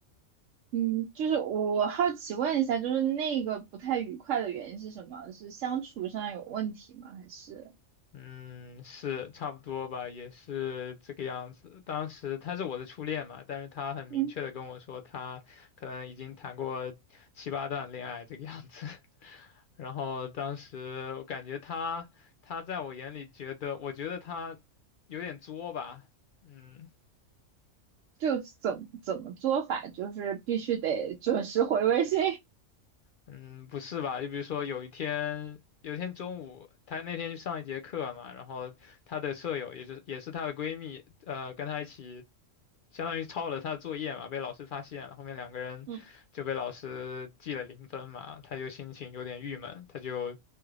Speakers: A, on the right; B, on the left.
A: 嗯，就是我我好奇问一下，就是那个不太愉快的原因是什么？是相处上有问题吗？还是？
B: 嗯，是差不多吧，也是这个样子。当时他是我的初恋嘛，但是他很明确的跟我说，
A: 嗯？
B: 他可能已经谈过七八段恋爱这个样子。<laughs> 然后当时我感觉他，他在我眼里觉得，我觉得他有点作吧，嗯，
A: 就怎么怎么做法，就是必须得准时回微信。
B: 嗯，不是吧？就比如说有一天，有一天中午，她那天去上一节课嘛，然后她的舍友，也就是也是她的闺蜜，呃，跟她一起，相当于抄了她的作业嘛，被老师发现了，后面两个人就被老师记了零分嘛，
A: <laughs> 嗯，
B: 她就心情有点郁闷，她就